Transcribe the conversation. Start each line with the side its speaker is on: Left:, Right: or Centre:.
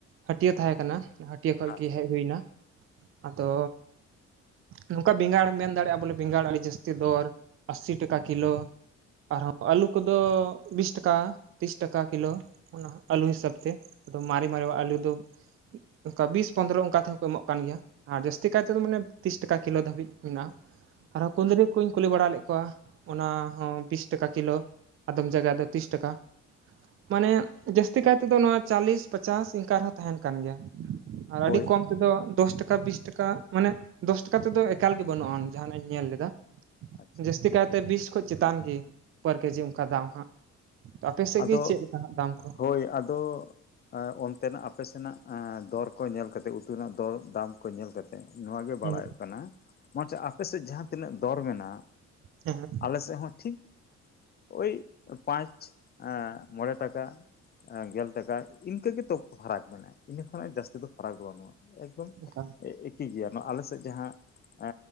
Right: ᱦᱟᱹᱴᱭᱟᱹ ᱛᱟᱦᱮᱸ ᱠᱟᱱᱟ ᱦᱟᱹᱴᱭᱟᱹ ᱠᱷᱚᱡᱜᱮ
Left: ᱦᱮᱸ
Right: ᱦᱮᱡ ᱦᱩᱭ ᱮᱱᱟ
Left: ᱟᱪᱪᱷᱟ
Right: ᱟᱫᱚ ᱱᱚᱝᱠᱟ ᱵᱮᱸᱜᱟᱲ ᱢᱮᱱ ᱫᱟᱲᱮᱭᱟᱜᱼᱟ ᱵᱚᱞᱮ ᱵᱮᱸᱜᱟᱲ ᱟᱹᱰᱤ ᱡᱟᱹᱥᱛᱤ ᱫᱚᱨ ᱟᱥᱤ ᱴᱟᱠᱟ ᱠᱤᱞᱳ ᱟᱨᱦᱚᱸ ᱟᱹᱞᱩ ᱠᱚᱫᱚ ᱵᱤᱥ ᱴᱟᱠᱟ ᱛᱤᱨᱤᱥ ᱴᱟᱠᱟ ᱠᱤᱞᱳ ᱚᱱᱟ ᱟᱹᱞᱩ ᱦᱤᱥᱟᱹᱵ ᱛᱮ ᱟᱫᱚ ᱢᱟᱨᱮ ᱢᱟᱨᱮ ᱟᱹᱞᱩ ᱫᱚ ᱚᱱᱠᱟ ᱵᱤᱥ ᱯᱚᱸᱫᱽᱨᱚ ᱚᱱᱠᱟ ᱛᱮᱦᱚᱸ ᱠᱚ ᱮᱢᱚᱜ ᱠᱟᱱ ᱜᱮᱭᱟ ᱟᱨ ᱡᱟᱹᱥᱛᱤ ᱠᱟᱭ
Left: ᱟᱪᱪᱷᱟ
Right: ᱛᱮᱫᱚ ᱢᱟᱱᱮ
Left: ᱟᱪᱪᱷᱟ
Right: ᱛᱤᱥ ᱴᱟᱠᱟ ᱠᱤᱞᱳ ᱫᱷᱟᱹᱵᱤᱡ ᱢᱮᱱᱟᱜᱼᱟ ᱟᱨᱦᱚᱸ ᱠᱩᱸᱫᱽᱨᱤ ᱠᱩᱧ ᱠᱩᱞᱤ ᱵᱟᱲᱟ ᱞᱮᱫ ᱠᱚᱣᱟ ᱚᱱᱟ ᱦᱚᱸ ᱵᱤᱥ ᱴᱮᱠᱟ ᱠᱤᱞᱳ ᱟᱫᱚᱢ ᱡᱟᱭᱜᱟ ᱫᱚ ᱛᱤᱥ ᱴᱟᱠᱟ ᱢᱟᱱᱮ ᱡᱟᱹᱥᱛᱤ ᱠᱟᱭ ᱛᱮᱫᱚ ᱱᱚᱣᱟ ᱪᱟᱞᱤᱥ ᱯᱟᱪᱟᱥ ᱤᱱᱠᱟᱹ ᱨᱮᱦᱚᱸ ᱛᱟᱦᱮᱱ ᱠᱟᱱ ᱜᱮᱭᱟ ᱟᱨ
Left: ᱦᱳᱭ
Right: ᱟᱹᱰᱤ ᱠᱚᱢ ᱛᱮᱫᱚ ᱫᱚᱥ ᱴᱟᱠᱟ ᱵᱤᱥ ᱴᱟᱠᱟ ᱢᱟᱱᱮ ᱫᱚᱥ ᱴᱟᱠᱟ ᱛᱮᱫᱚ ᱮᱠᱟᱞ ᱜᱮ ᱵᱟᱹᱱᱩᱜᱼᱟᱱ ᱡᱟᱦᱟᱱᱟᱜ ᱤᱧ ᱧᱮᱞ ᱞᱮᱫᱟ
Left: ᱟᱪᱪᱷᱟ
Right: ᱡᱟᱹᱥᱛᱤ
Left: ᱟᱪᱪᱷᱟ
Right: ᱠᱟᱭᱛᱮ ᱵᱤᱥ ᱠᱷᱚᱡ ᱪᱮᱛᱟᱱ ᱜᱤ ᱯᱟᱨ ᱠᱮᱡᱤ ᱚᱱᱠᱟ ᱫᱟᱢ ᱦᱟᱸᱜ ᱟᱯᱮ ᱥᱮᱫ
Left: ᱟᱫᱚ
Right: ᱜᱮ ᱪᱮᱫ ᱞᱮᱠᱟ ᱦᱟᱸᱜ ᱫᱟᱢ ᱠᱚ?
Left: ᱦᱳᱭ ᱟᱫᱚ ᱚᱱᱛᱮᱱᱟᱜ ᱟᱯᱮ ᱥᱮᱱᱟᱜ ᱫᱚᱨ ᱠᱚ ᱧᱮᱞ ᱠᱟᱛᱮᱜ ᱩᱛᱩ ᱨᱮᱱᱟᱜ ᱫᱚᱨ ᱫᱟᱢ ᱠᱚ ᱧᱮᱞ ᱠᱟᱛᱮ ᱱᱚᱣᱟᱜᱮ ᱵᱟᱲᱟᱭ-ᱚᱜ
Right: ᱦᱩᱸ
Left: ᱠᱟᱱᱟ ᱟᱯᱮ ᱥᱮᱫ ᱡᱟᱦᱟᱸ ᱛᱤᱱᱟᱹᱜ ᱫᱚᱨ ᱢᱮᱱᱟᱜ
Right: ᱦᱮᱸ
Left: ᱟᱞᱮᱥᱮᱫ ᱦᱚᱸ ᱴᱷᱤᱠ ᱳᱭ ᱯᱟᱸᱪ ᱢᱚᱬᱮ ᱴᱟᱠᱟ ᱜᱮᱞ ᱴᱟᱠᱟ ᱤᱱᱠᱟᱹ ᱜᱮᱛᱚ ᱯᱷᱟᱨᱟᱠ ᱢᱮᱱᱟᱜᱼᱟ ᱤᱱᱟᱹ ᱠᱷᱚᱱᱟᱜ ᱡᱟᱹᱥᱛᱤ ᱯᱷᱟᱨᱟᱠ ᱫᱚ ᱵᱟᱹᱱᱩᱜᱼᱟ ᱮᱠᱫᱚᱢ
Right: ᱚᱱᱠᱟ
Left: ᱮᱠᱤ ᱜᱮᱭᱟ ᱱᱚᱣᱟ ᱟᱞᱮᱥᱮᱫ ᱡᱟᱦᱟᱸ ᱮ